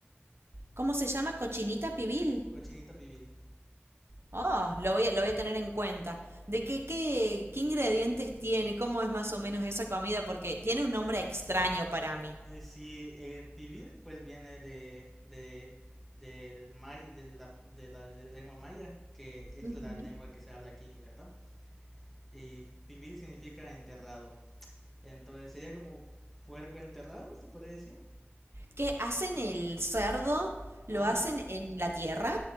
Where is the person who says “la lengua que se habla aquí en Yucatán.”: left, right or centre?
Centre